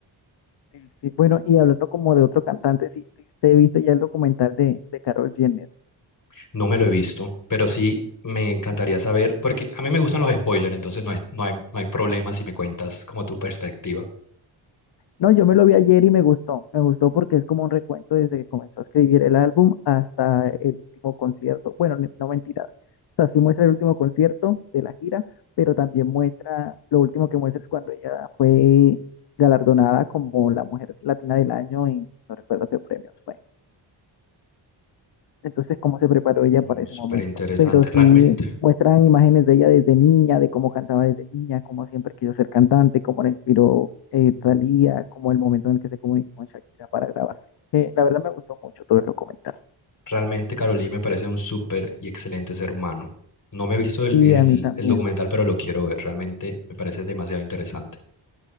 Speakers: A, on the left; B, on the left.
A: Eh, sí, bueno, y hablando como de otro cantante, sí, te, te viste ya el documental de, de Karol jenner
B: No me lo he visto, pero sí me encantaría saber, porque a mí me gustan los spoilers, entonces no, es- no hay, no hay problema si me cuentas como tu perspectiva.
A: No, yo me lo vi ayer y me gustó. Me gustó porque es como un recuento desde que comenzó a escribir el álbum hasta el último concierto. Bueno, ni- no mentira. O sea, sí muestra el último concierto de la gira, pero también muestra, lo último que muestra es cuando ella fue galardonada como la mujer latina del año y no recuerdo qué premios fue. Entonces, cómo se preparó ella
B: Mm,
A: para ese
B: súper
A: momento.
B: interesante.
A: Pero sí
B: Realmente,
A: muestran imágenes de ella desde niña, de cómo cantaba desde niña, cómo siempre quiso ser cantante, cómo la inspiró eh, Thalía, como el momento en el que se comunicó con Shakira para grabar. Eh, la verdad me gustó mucho todo el documental.
B: realmente Carolina me parece un súper y excelente ser humano. No me he visto el,
A: Sí,
B: el,
A: a mí también.
B: el documental, pero lo quiero ver. Realmente me parece demasiado interesante.